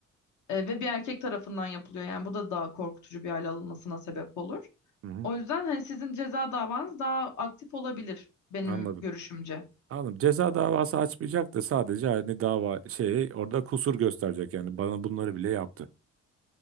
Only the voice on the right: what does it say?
hı hı.
Anladım.
Anladım. Ceza davası açmayacak da sadece hani dava şey orada kusur gösterecek yani bana bunları bile yaptı.